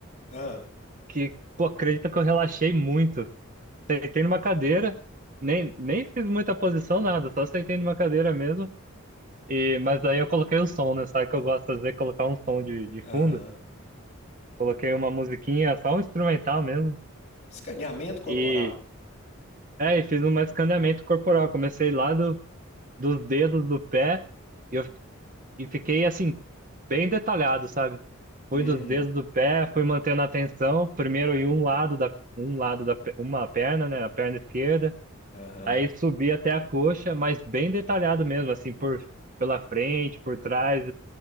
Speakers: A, on the left; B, on the right.
A: Ah,
B: que, pô, acredita que eu relaxei muito. Sentei numa cadeira, nem, nem fiz muita posição, nada, só sentei numa cadeira mesmo, e, mas aí eu coloquei o som, né, sabe que eu gosto de fazer, colocar um som de, de
A: aham.
B: fundo, coloquei uma musiquinha, só um instrumental mesmo,
A: Escaneamento
B: E,
A: corporal?
B: é, e fiz um escaneamento corporal. Comecei lá do, dos dedos do pé e, eu, e fiquei assim, bem detalhado, sabe? Fui
A: Hum,
B: dos dedos do pé, fui mantendo a atenção, primeiro em um lado da, um lado da, pe- uma perna, né? A perna esquerda.
A: aham.
B: Aí subi até a coxa, mas bem detalhado mesmo, assim, por, pela frente, por trás,